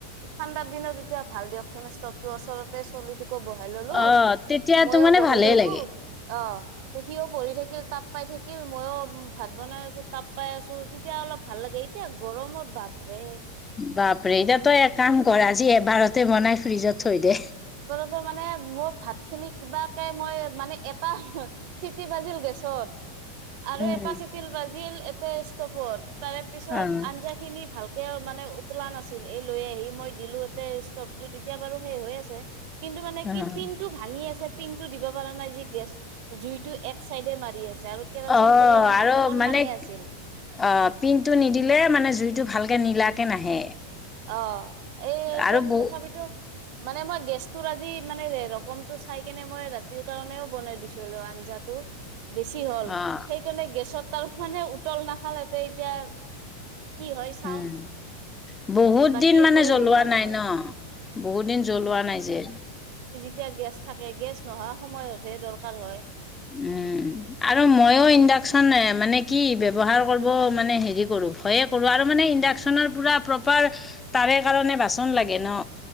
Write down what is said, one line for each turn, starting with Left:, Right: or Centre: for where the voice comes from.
Right: ঠাণ্ডাৰ দিনত এতিয়া ভাল দিয়কচোন ষ্টভ টো ওচৰতে চলি আকৌ বহাই ললো
Left: অ' তেতিয়াতো
Right: মইও
Left: মানে
Right: বহি
Left: ভালেই
Right: ললো
Left: লাগে।
Right: অ সিও পঢ়ি থাকে থিল তাপ পাই থাকিল মইো ভাত বনাই আছো তাপ পাই আছো তেতিয়া অলপ ভাল লাগে এতিয়া গৰমত বাপ ৰে
Left: বাপৰে এতিয়া তয় এক কাম কৰ আজি এবাৰতে বনাই ফ্ৰ্ৰীজত থৈ দে
Right: কিবা মানে মোৰ ভাত খিনি কিবাকে মই মানে এটা চিটি বাজিল গেছত আৰু
Left: উম,
Right: এটা চিতিল বাজিল <unintelligible> তাৰে পিছত
Left: অ'
Right: আঞ্জা খিনি ভালকে তেওঁ মানে উতলা নাছিল এই লৈ আহি মই দিলো ইতে ষ্টভটো এতিয়া বাৰু সেই হৈ আছে কিন্তু মানে
Left: অ'
Right: কি পিনন্টো ভাঙি আছে পিন টো দিব পাৰা নাই যি গেছ জুইতটো এক চাইডে মাৰি আছে আৰু কেৰাচিন
Left: অ
Right: তেলো মানে
Left: আৰু
Right: অকনমানে
Left: মানে
Right: আছিল
Left: অ পিনটো নিদিলে মানে জুইতটো ভাল ে নীলাকে নাহে
Right: অ এইকাৰণ
Left: আৰু বহু
Right: তথাপিিতো মানে মই গেছটো আজি মানে ৰকমটো চাই কেনে মই ৰাতিৰ কাৰণেও বনাই দিছিলোো আঞ্জাটো বেছি হ'ল
Left: অ'
Right: সেইকাৰণে গেছত তাৰ মানে উতল নাখালতে এতিয়া কি হয় চাও
Left: উম। বহুত
Right: বাকী
Left: দিন মানে
Right: একোৱে
Left: জ্বলোৱা
Right: বনোৱা নহল
Left: নাই ন বহুত দিন জ্বলোৱা নাই যে
Right: এতিয়া গেছ থাকে গেছ নোহোৱা সময়তহে দৰকাৰ হয়
Left: উম আৰু ময়ো ইণ্ডাকচন মানে কি ব্যৱহাৰ কৰিব মানে হেৰি কৰো ভয়ে কৰোঁ আৰু মানে ইণ্ডাকচন পুৰা প্ৰপাৰ তাৰে কাৰণে বাচন লাগে ন